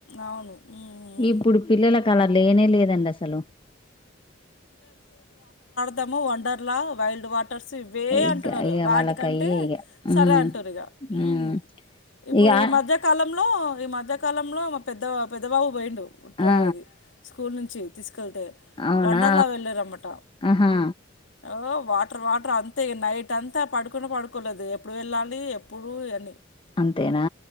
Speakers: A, on the left; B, on the left.
A: అవును ఊ ఊ
B: ఇప్పుడు పిల్లలకు అలా లేనే లేదండి అసలు
A: తమో వండర్ లా వైల్డ్ వాట ట్రస్ ఇవే
B: ఇక
A: అంటున్నరు
B: ఇక
A: వాటికంటే
B: వాళ్ళకి అయ్యే ఇక
A: సరే
B: ఉమ్
A: అంటురు ఇగ ఊ
B: ఉమ్
A: ఇప్పుడు
B: ఇక ఆ
A: ఈ మధ్యకాలంలో ఈ మధ్యకాలంలో మా పెద్ద పెద్ద బాబు బైండు ఉంటది
B: ఆ
A: స్కూల్ నుంచి తీసుకెళ్తే
B: అవునా
A: వండర్లా వెళ్ళరామట
B: ఆహా
A: ఓ వాటర్ వాటర్ అంత అంతే నైట్ అంతా పడుకున్నా పడుకోలేదు ఎప్పుడు వెళ్ళాలి ఎప్పుడు అని
B: అంతేనా